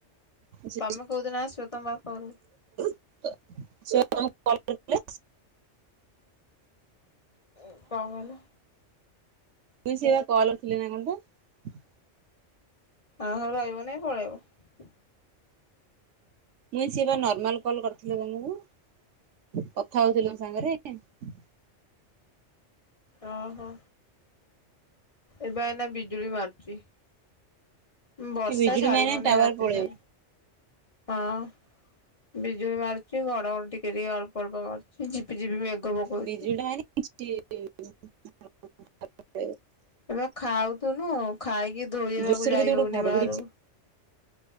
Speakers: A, on the right; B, on the left.
A: ସେ
B: ତମେ କଉଦିନ ଆସିବତମ ବାପ ଘରୁ।
A: ସେ ପା ତମକୁ କଲ କରିଥିଲେ।
B: କଣ କହିଲ?
A: ମୁଇଁ ସେ ବା କଲ୍ କରିଥିଲି ନା କଣ ପା।
B: ଆ ତା ଘର ପାଇବ ନାଇଁ ପଳେଇବ ।
A: ମୁଇ ସି ବା ନର୍ମାଲ କଲ କରିଥିଲେ ତମକୁ କଥା ହଉଥିଲ ତମ ସାଙ୍ଗରେ ।
B: ଓହୋ। ଏବେ ଏଇନେ ବିଜୁଳି ମାରୁଛି ବର୍ଷା
A: ଏ ବିଜୁଳି
B: ଛାଡ଼ିବ
A: ମାଇନେ
B: ନାହିଁ
A: ଟାୱାର
B: ରାତି
A: ପଳେଇବ।
B: ଯାଏ। ହଁ ବିଜୁଳି ମାରୁଛି ଘଡଘଡି ଟିକେ ଟିକ ଅଳ୍ପ ଅଳ୍ପ ମାରୁଛି ଝିପିଝିପି ମେଘ ପକଉଛି।
A: ବିଜୁଳି ଟା ମାରି ଲେ <unintelligible> <unintelligible>
B: ଏବେ ଖାଉଥୁନୁ ଖାଇକି ଧୋଇହବାକୁ
A: ଜୋରସୋର
B: ଯାଇ
A: କେତେ ଗୋଟେ
B: ହଉନି
A: ଘଡଘଡି
B: ବାହାରୁକୁ